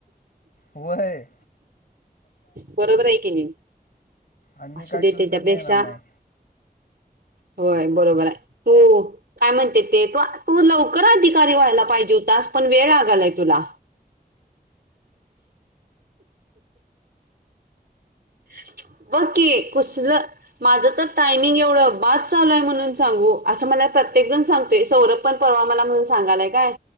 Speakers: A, on the left; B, on the right.
A: व्हय.
B: बरोबर आहे की नी.
A: आम्ही
B: आसू
A: काय
B: दे
A: टू व्हीलरने
B: तेच्यापेक्षा.
A: येणार नाही
B: होय बरोबर हाय तू काय म्हणत्यात ते. तू. तू लवकर अधिकारी व्हायला पाहिजे हुतास. आस पण वेळ लागालय तुला. <unintelligible> बकी कसलं. माझं तर टायमिंग एवढं बाद चालू आहे म्हणून सांगू. आसं मला प्रत्येक जण सांगतोय सौरभ पण परवा मला म्हणून सांगालाय काय